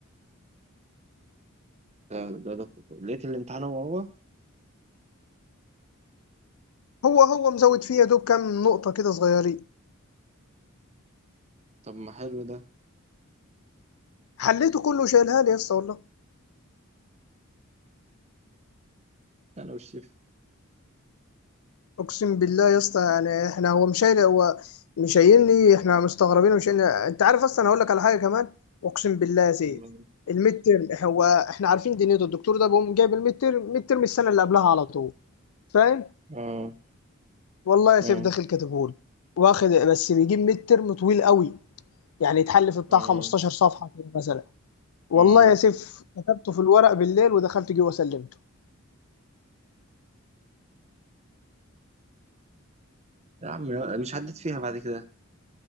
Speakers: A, on the right; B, on the left.
A: ده ده ده لقيت الامتحان هو هو
B: هو هو مزود فيها دوب كام نقطة كده صغيرين
A: طب ما حلو ده
B: حليته كله شايلها لي يا اسطى والله
A: أنا والشيف
B: اقسم بالله يا اسطى يعني احنا هو مش شايل هو مش شايلني احنا مستغربين ومش شايلني انت عارف اصلا انا هقول لك على حاجة كمان اقسم بالله يا سيد
A: مم.
B: الميد تيرم هو احنا عارفين دنيته الدكتور ده بيقوم جايب الميد تيرم ميد تيرم السنة اللي قبلها على طول فاهم
A: اه
B: والله يا
A: اه
B: سيف داخل كاتبهولي واخد بس بيجيب ميد تيرم طويل قوي يعني يتحل في بتاع
A: اه
B: 15 صفحة كده مثلا والله
A: اه
B: يا سيف كتبته في الورق بالليل ودخلت جوه سلمته
A: يا عم مش عديت فيها بعد كده